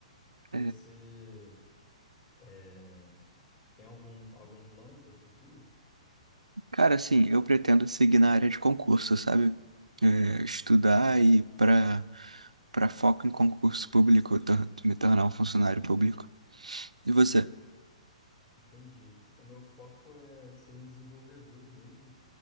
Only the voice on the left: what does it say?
Você
eh, tem algum, algum plano para o futuro?
Entendi. O meu foco é ser um desenvolvedor mesmo